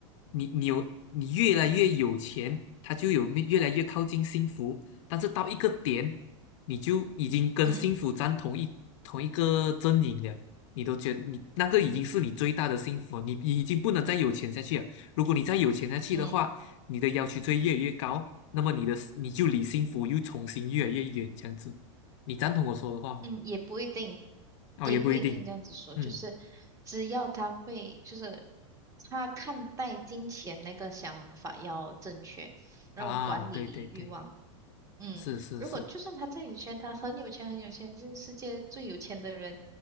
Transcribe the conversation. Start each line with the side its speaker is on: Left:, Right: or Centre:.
Left: 你你有你越来越有钱，它就有越越来越靠近幸福。但是到一个点，你就已经跟幸福站同一同一个阵营了，
Right: 嗯
Left: 你都觉得你那个已经是你最大的幸福了你你已经不能再有钱下去了。
Right: 嗯。
Left: 如果你再有钱下去的话，
Right: 嗯
Left: 你的要求就会越来越高，那么你的你就离幸福又重新越来越远，这样子，你赞同我说的话吗？
Right: 嗯，也不一定，
Left: 哦，
Right: 也不一定这样子说，
Left: 也不一定，嗯
Right: 就是只要他会，就是他看待金钱那个想法要正确，然后管理欲望。
Left: 啊，对对对，
Right: 嗯，
Left: 是是是，
Right: 如果就算他再有钱，他很有钱很有钱，就是世界最有钱的人，